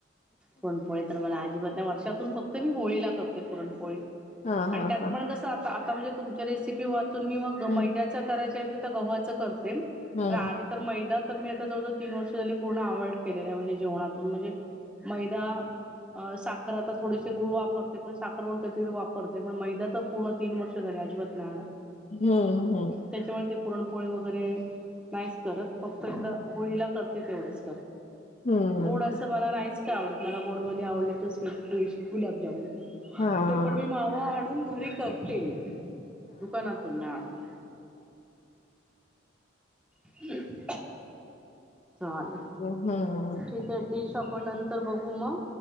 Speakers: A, in the centre; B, on the left (about 35°).
A: पुरणपोळीत. तर मला अजिबात वर्षातून फक्त मी होळीला करते पुरणपोळी
B: हां, हां,
A: आणि त्यात
B: हां.
A: पण कसं. आ आता म्हणजे तुमच्या रेसिपी वाचून मी मग
B: हं,
A: मैद्याच करायच आहे म्हणजे तर गव्हाचं करते.
B: हं.
A: तर आधी तर मैदा तर मी आता जवजवळ तीन वर्ष झाली. पूर्ण अवॉइड केलेलं आहे म्हणजे जेवणातून म्हणजे मैदा अ. साखर आता थोडीशी गुळ वापरते पण साखर पण कधी वापरते पण मैदा तर पूर्ण तीन वर् <unintelligible> अजिबातना नाय आणत
B: हम्म हम्म
A: त्याच्यामुळं ते पुरणपोळी वगैरे नाईच करत फक्त एकदा होळीला करते तेवढंच
B: हं.
A: गोड असं <unintelligible> आवडत मला गोडमध्ये आवडलं तर स्वीट डिश गुलाबजामुन.
B: हां, हां.
A: ते पण मी मावा आणून घरी करते म दुकानातून नाही आणत. <inaudible> हा आलं
B: हम्म हम्म हम्म
A: तिकट डिश आपण नंतर बघू मग